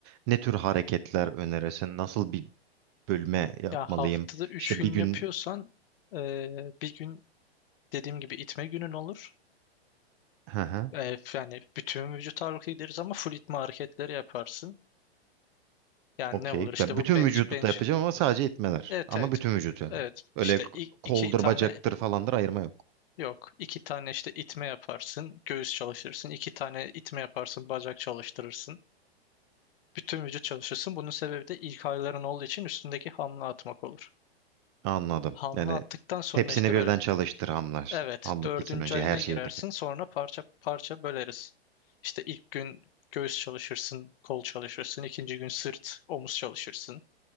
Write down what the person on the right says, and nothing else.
ne tür hareketler önerirsin? Nasıl bir bölme yapmalıyım?
İşte
bir gün
<laughs>
Okey.
Ben
bütün
vücudu
da yapacağım ama sadece itmeler.
Ama
bütün vücut yani.
Öyle
koldur,
bacaktır falandır ayırma yok.
Anladım.
Yani
hepsini
birden
çalıştır hamlar.
Hamlık
gitsin önce
her şeyi.